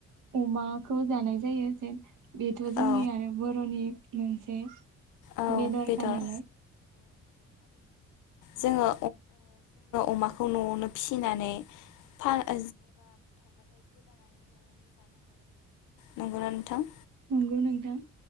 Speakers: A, on the right; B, on the left.
A: अमाखो जानाय जायो बेथ जोंनि
B: औ
A: आरो बरनि मोनसे
B: औ
A: बेदरखानालाय
B: बेदर जोङो अमाखौ नआवनो फिसिनानै फा <unintelligible> नंगौना नोंथां
A: नंगौ नोंथां